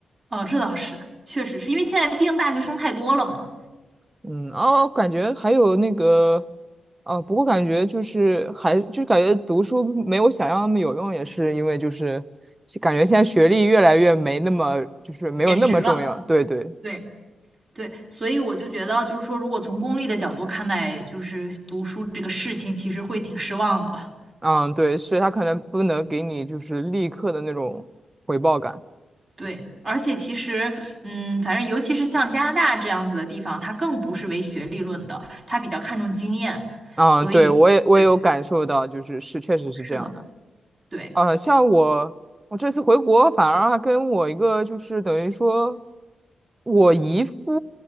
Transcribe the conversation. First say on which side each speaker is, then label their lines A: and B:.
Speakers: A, on the right; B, on the right.
A: 哦，这倒是，确实是因为现在毕竟大学生太多了嘛，
B: 嗯，哦，感觉还有那个，啊，不过感觉就是还就是感觉读书没有想象那么有用，也是因为就是感觉现在学历越来越没那么就是没有那么重要。
A: 贬值了。
B: 对对。
A: 对对，所以我就觉得，就是说，如果从功利的角度看待，就是读书这个事情，其实会挺失望的。
B: 嗯，对，是他可能不能给你就是立刻的那种回报感。
A: 对，而且其实，嗯，反正尤其是像加拿大这样子的地方，它更不是唯学历论的，它比较看重经验，
B: 嗯，
A: 所以对，
B: 对，我也我也有感受到，就是是确实是这样的。
A: 是的，对。
B: 呃，像我我这次回国，反而还跟我一个就是等于说我姨夫